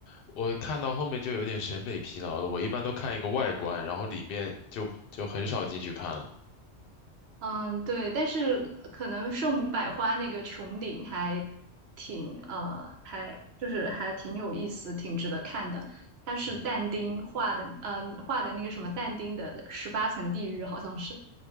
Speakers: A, on the left (about 60°); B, on the right (about 70°).
A: 我看到后面就有点审美疲劳了。我一般都看一个外观，然后里面就就很少进去看了。
B: 嗯，对，但是可能圣母百花那个穹顶还挺呃，还就是还挺有意思，挺值得看的。它是但丁画的，
A: 嗯，
B: 嗯、画的那个什么但丁的十八层地狱，好像是。